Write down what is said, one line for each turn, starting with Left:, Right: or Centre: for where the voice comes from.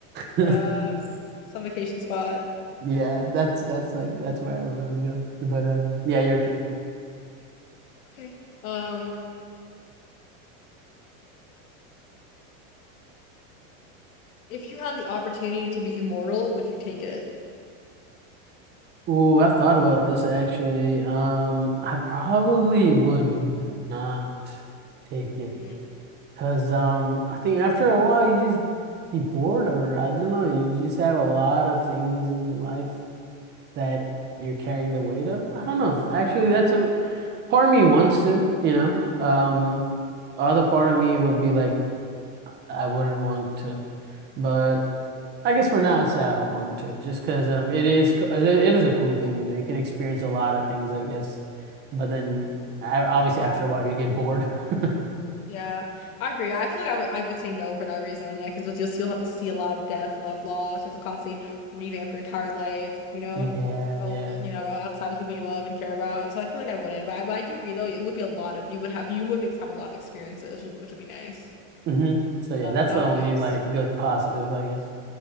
Right: <laughs>
Left: Yeah, s- some vacation spot.
Right: Yeah, that's that's like that's where I would want to go. But um, yeah, your turn.
Left: Okay. Um, if you had the opportunity to be immortal, would you take it?
Right: Ooh, I've thought about this actually. Um, I probably would not take it
Left: Mm,
Right: because um, I think after a while you just be bored, or I don't know, you just have a lot of things in your life that you're carrying the weight of? I don't know. Actually, that's a part of me wants to, you know. Um, other part of me would be like, I wouldn't want to, but I guess for now, I'd say I want to, just because um, it is co- it it is a cool thing, you know. You can experience a lot of things, I guess, but then I, obviously
Left: yeah.
Right: after a while you get bored. <laughs>
Left: Yeah, I agree. I feel like I would I would say no for that reason. Like, because you'll, you'll have to see a lot of death, a lot of loss. You have to constantly revamp your entire life, you know,
Right: Yeah,
Left: oh,
Right: yeah.
Left: you know, outside of the people you love and care about. So I feel like I wouldn't. But I, but I do agree though. It would be a lot of you would have you would be able to have a lot of experiences, which would be nice.
Right: hmm So yeah,
Left: That
Right: that's
Left: that
Right: the
Left: would
Right: only
Left: be nice.
Right: like good positive, I guess.